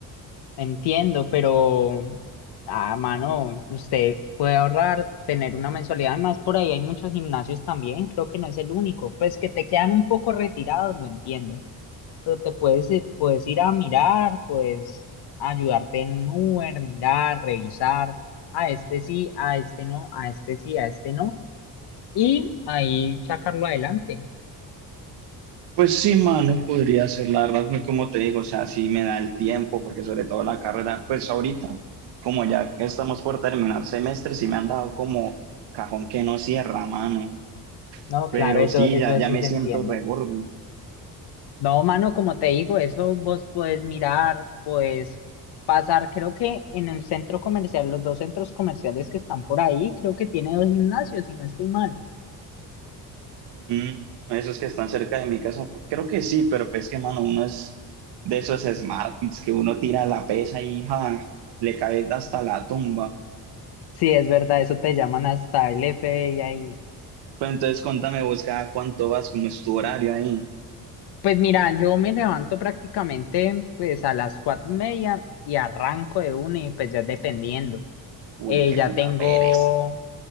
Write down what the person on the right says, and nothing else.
Pues sí, mano, podría ser, la verdad, pues, como te digo, o sea, sí me da el tiempo, porque sobre todo la carrera, pues ahorita, como ya estamos por terminar semestre, sí me han dado como cajón que no cierra, mano,
pero
sí,
ya, ya
me
siento
regordo.
Mm, esos que están cerca de mi casa, creo que sí, pero pues que, mano, uno es de esos smartphones que uno tira la pesa y ja, le cae hasta la tumba.
Pues entonces cuéntame vos cada cuánto vas, cómo es tu horario ahí.
Uy,
qué
puta
pereza.